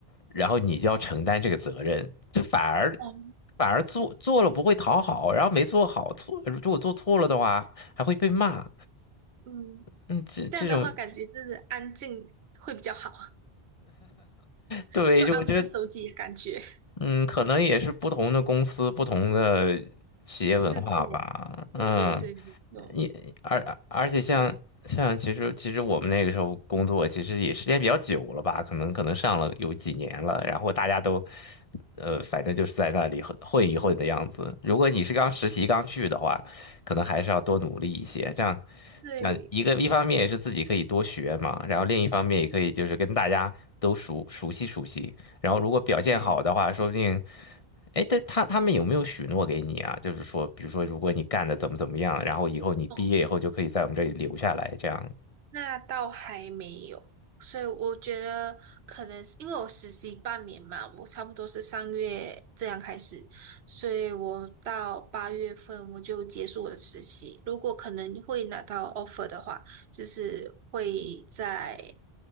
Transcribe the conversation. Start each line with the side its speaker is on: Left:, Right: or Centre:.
Left: 然后你就要承担这个责任。就反而
Right: 哦，
Left: 反而做做了不会讨好，然后没做好错，如果做错了的话还会被骂。
Right: 嗯，
Left: 嗯，这这种
Right: 这样的话感觉就是安静会比较好，<laughs>
Left: 对，
Right: 就安分守己的感觉，
Left: 就我觉得嗯，可能也是不同的公司、不同的企业文化吧。
Right: 制度。
Left: 嗯，
Right: 对对对，没错
Left: 也而而且像像其实其实我们那个时候工作，其实也时间比较久了吧，可能可能上了有几年了。然后大家都，呃，反正就是在那里混混一混的样子。如果你是刚实习刚去的话，可能还是要多努力一些。这样，
Right: 对
Left: 这样一个一方面也是自己可以多学嘛，然后另一方面也可以就是跟大家都熟熟悉熟悉。然后如果表现好的话，
Right: 对。
Left: 说不定哎，但他他们有没有许诺给你啊？就是说，比如说，如果你干的怎么怎么样，然后以后你毕业以后就可以在我们这里留下来，
Right: 哦。
Left: 这样。
Right: 那倒还没有，所以我觉得可能是因为我实习半年嘛，我差不多是上月这样开始，所以我到八月份我就结束我的实习。如果可能会拿到 offer 的话，就是会在